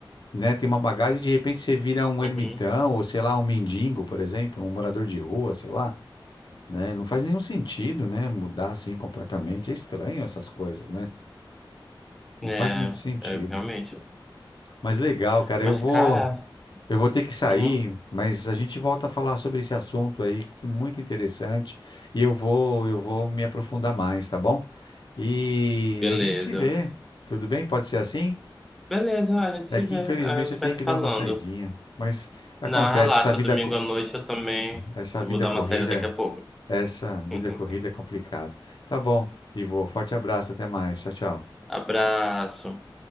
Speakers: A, on the left (about 60°); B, in the centre.
A: né, tem uma bagagem e de repente você vira um
B: uhum.
A: ermitão, ou sei lá, um mendigo, por exemplo, um morador de rua, sei lá, né? Não faz nenhum sentido, né, mudar assim completamente. É estranho essas coisas, né?
B: É,
A: Não faz muito sentido.
B: é, realmente.
A: Mas legal, cara,
B: Mas,
A: eu vou
B: cara,
A: Eu vou ter que sair,
B: uhum.
A: mas a gente volta a falar sobre esse assunto aí, que é muito interessante, e eu vou, eu vou me aprofundar mais, tá bom? E
B: Beleza.
A: a gente se vê. Tudo bem? Pode ser assim?
B: Beleza, a gente
A: É
B: se
A: que
B: vê,
A: infelizmente
B: a gente
A: eu tenho
B: vai se
A: que dar
B: falando.
A: uma saidinha, mas acontece,
B: Não, relaxa,
A: essa vida,
B: domingo
A: co-
B: à noite eu também
A: essa
B: vou
A: vida
B: dar
A: corrida,
B: uma saída daqui a pouco.
A: essa vida
B: <laughs>
A: corrida é complicada. Tá bom, Ivo, forte abraço, até mais. Tchau, tchau.
B: Abraço.